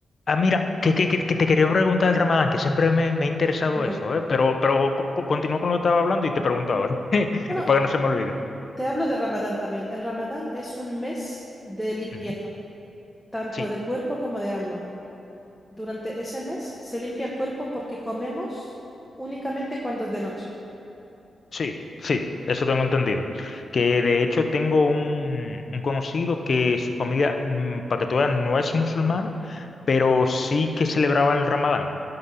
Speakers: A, on the left; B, in the centre.
A: Ah, mira, que, que- que- que te quería preguntar el Ramadán, que siempre me, me ha interesado
B: Vale.
A: eso, ¿eh? Pero, pero co- co- continúa con lo que estaba hablando y te pregunto ahora, <laughs>
B: Bueno,
A: para que no se me olvide.
B: te hablo del Ramadán también. El Ramadán es un mes de limpieza,
A: Ujú.
B: tanto
A: Sí.
B: de cuerpo como de alma. Durante ese mes se limpia el cuerpo porque comemos únicamente cuando es de noche.
A: Sí, sí, eso tengo entendido. Que de hecho tengo un, un conocido que su familia, mm, para que tú veas, no es musulmana, pero sí que celebraba el Ramadán.